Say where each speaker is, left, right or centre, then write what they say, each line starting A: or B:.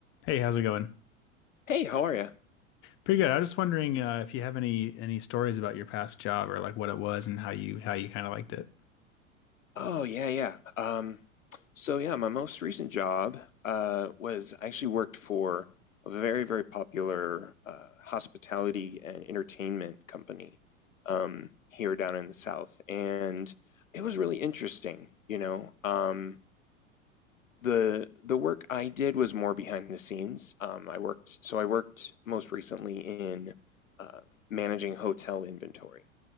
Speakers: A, on the left (about 30°); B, on the left (about 70°).
A: Hey, how's it going?
B: Hey, how are you?
A: Pretty good. I was just wondering uh, if you have any any stories about your past job or like what it was and how you how you kind of liked it.
B: Oh, yeah, yeah. Um, so yeah, my most recent job uh, was I actually worked for a very, very popular uh, hospitality and entertainment company um, here down in the South, and it was really interesting. You know, um, the the work I did was more behind the scenes. Um, I worked, so I worked most recently in uh, managing hotel inventory.